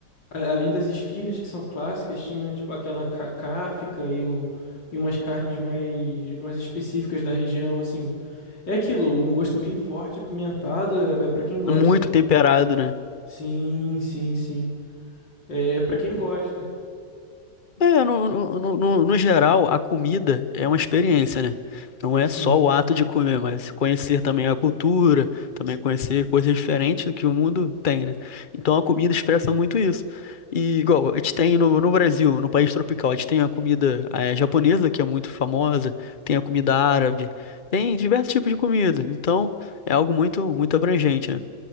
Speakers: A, on the left; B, on the left.
A: a- além das esfirras que são clássicas, tinha tipo aquela ca- cáfica e, o, e umas carnes mais, mais específicas da região, assim. É aquilo, um gosto bem forte, apimentado, é, é para quem gosta,
B: Muito
A: né?
B: temperado, né?
A: Sim, sim, sim. É, é para quem gosta.
B: É, no, no, no, no- no geral, a comida é uma experiência, né? Não é
A: Sim,
B: só o ato de comer, mas conhecer também a cultura, também conhecer coisas diferentes do que o mundo tem, né? Então a comida expressa muito isso. E igual, a gente tem no, no Brasil, no país tropical, a gente tem a comida eh, japonesa, que é muito famosa, tem a comida árabe, tem diversos tipos de comida. Então é algo muito, muito abrangente, né?